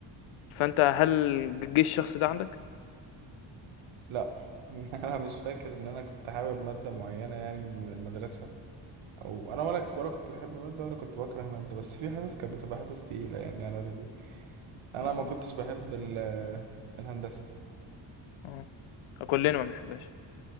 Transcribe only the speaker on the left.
فانت هل جه الشخص ده عندك؟
اه
اه كلنا ما بنحبهاش